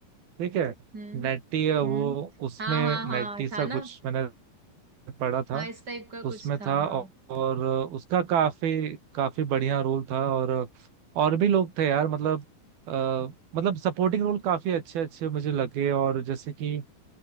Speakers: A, on the right; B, on the right.
A: ठीक है
B: हम्म
A: नेटी है
B: हम्म
A: वो उसमें
B: हाँ हाँ
A: नेटी
B: हाँ
A: सा
B: था ना
A: कुछ मैंने पढ़ा
B: हाँ
A: था
B: इस टाइप का
A: उसमें
B: कुछ था
A: था
B: हाँ
A: औ- और उसका काफी काफी बढ़िया रोल था और और भी लोग थे यार मतलब अ, मतलब सपोर्टिंग रोल काफी अच्छे अच्छे मुझे लगे और जैसे कि अ,